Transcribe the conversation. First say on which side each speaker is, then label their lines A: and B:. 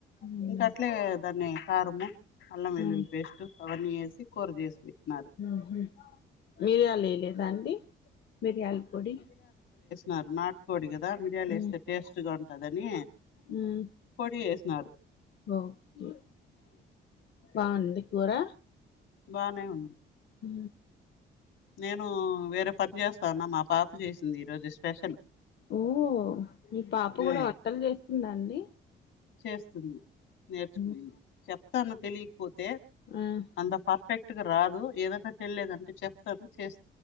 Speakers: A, on the left; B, on the left.
A: మ్మ్
B: ఇంక అట్లే దాన్ని కారము అల్లం
A: మ్మ్
B: వెల్లులి పేస్టు అవన్నీ వేసి కూర చేసి పెట్టిన్నారు
A: మ్మ్ మిరియాలు వేయ లేదా అండి మిరియాల పొడి
B: నా నాటుకోడి కదా మియలు
A: మ్మ్
B: వస్తే టేస్ట్ గా ఉంటు అని
A: మ్మ్
B: పోడి చేసినారు
A: ఓకే బావుంది కురా
B: బానే ఉంది
A: ఉ
B: నేను వేరే పని చేస్తాన్న మా పాప చేసింది ఈ రోజు స్పెషల్
A: ఓహో మీ పాప కూడా
B: ఉమ్
A: వట్టల్ చేస్తుంద అండి
B: చేస్తుంది నేర్చుకునింది
A: ఉ
B: చెప్తాను తెలియకపో తే
A: ఆ
B: అంత పర్ఫెక్ట్గా రాదు ఏదన్నా తెలిలేదంటే చెప్తాను చేస్